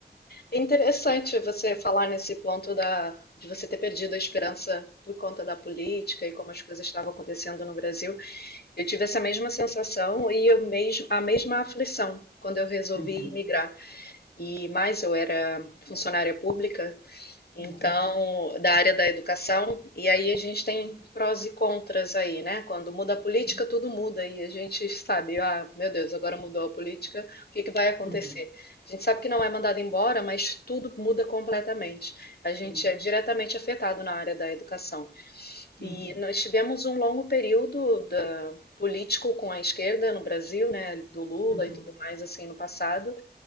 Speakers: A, on the left (about 65°); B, on the right (about 90°).
A: É interessante você falar nesse ponto da, de você ter perdido a esperança por conta da política e como as coisas estavam acontecendo no Brasil. Eu tive essa mesma sensação e eu mesmo, a mesma aflição quando eu resolvi
B: Uhum,
A: migrar. E mais, eu era funcionária pública Então,
B: uhum,
A: da área da educação, e aí a gente tem prós e contras aí, né? Quando muda a política,
B: uhum,
A: tudo muda, e a gente sabe, ah, meu Deus, agora mudou a política, o que que vai acontecer?
B: uhum,
A: A gente sabe que não é mandado embora, mas tudo muda completamente. A gente
B: sim,
A: é diretamente afetado na área da educação.
B: uhum,
A: E nós tivemos um longo período da- político com a esquerda no Brasil, né? Do Lula
B: uhum, uhum.
A: e tudo mais assim no passado.